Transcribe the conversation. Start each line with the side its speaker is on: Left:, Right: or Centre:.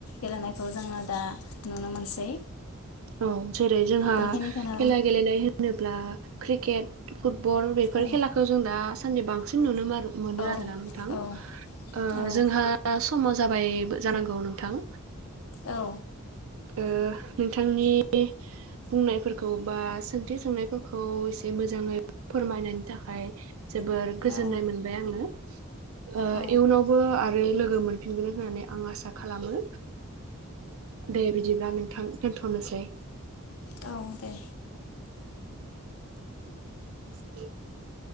Left: गेलेनायखौ जोङो दा नुनो मोनसै
Right: औ जेरै जोंहा
Left: बेखिनिखौनो
Right: खेला गेलेनाय होनोब्ला क्रिकेट <unintelligible> बल बेफोर
Left: औ
Right: खेलाखौ जों दा सानदि बांसिन नुनो <unintelligible> मोन
Left: औ
Right: आरोना नोंथां ओ
Left: औ औ
Right: जोंहा समा जाबायबो जानांगौ नोंथां
Left: औ
Right: ओ नोंथांनि बुंनायफोरखौ बा सोंथि सोंनायफोरखौ एसे मोजाङै फोरमायनायनि थाखाय जोबोर गोजोननाय
Left: औ
Right: मोनबाय आङो। ओ
Left: औ
Right: इयुनावबो आ आरो लोगो मोनफिनगोन होननानै आं आसा खालामो। दे बिदिब्ला नोंथां दोनथ'नोसै।
Left: औ दे
Right: <inaudible>